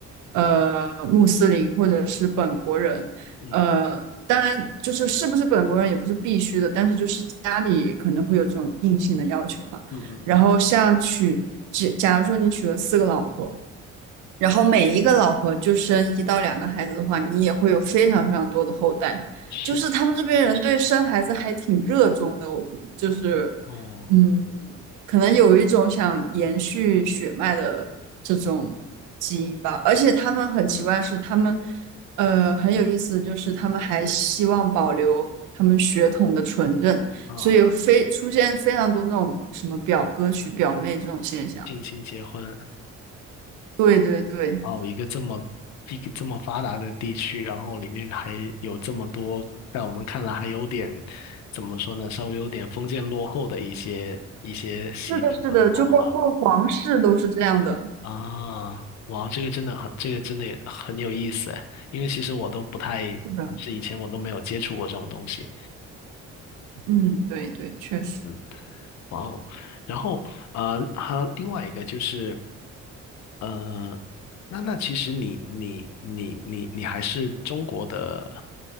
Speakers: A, on the right; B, on the left.
A: 呃，穆斯林或者是本国人，
B: 嗯
A: 呃，当然就是是不是本国人也不是必须的，但是就是家里可能会有这种硬性的要求嘛。
B: 嗯嗯嗯，
A: 然后像娶，假假如说你娶了四个老婆，然后每一个老婆就生一到两个孩子的话，你也会有非常非常多的后代。
B: 是
A: 就是他们这边人对生孩子还挺热衷的，我就是，
B: 哦
A: 嗯，可能有一种想延续血脉的这种基因吧。而且他们很奇怪的是，他们，呃，很有意思，就是他们还希望保留他们血统的纯正，
B: 啊，
A: 所以非出现非常多那种什么表哥娶表妹这种现象。
B: 近亲结婚，
A: 对对对。
B: 哦，一个这么一个这么发达的地区，然后里面还有这么多，在我们看来还有点怎么说呢，稍微有点封建落后的一些一些习俗和文化
A: 是的，是的，就包括皇室都是这样的。
B: 啊。哇，这个真的很，这个真的也很有意思诶，因为其实我都不太
A: 是的，
B: 是以前我都没有接触过这种东西。
A: 嗯，对对，确实，
B: 嗯，哇哦，然后呃，还有另外一个就是。呃，那那其实你你你你你还是中国的，